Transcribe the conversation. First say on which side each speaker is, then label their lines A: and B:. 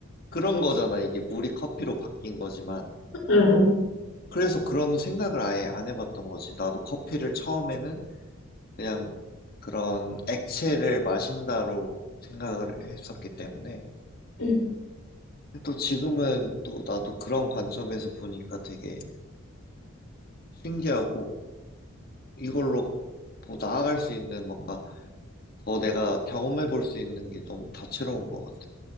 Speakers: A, on the left (about 45°); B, on the left (about 70°).
A: 그런 거잖아, 이게. 물이 커피로 바뀐 거지만.
B: 응. 응.
A: 그래서 그런 생각을 아예 안 해봤던 거지. 나도 커피를 처음에는 그냥 그런 액체를 마신다로 생각을 했었기 때문에
B: 음,
A: 근데 또 지금은 또 나도 그런 관점에서 보니까 되게 신기하고 이걸로 뭐 나아갈 수 있는 뭔가 더 내가 경험해 볼 수 있는 게 너무 다채로운 것 같아.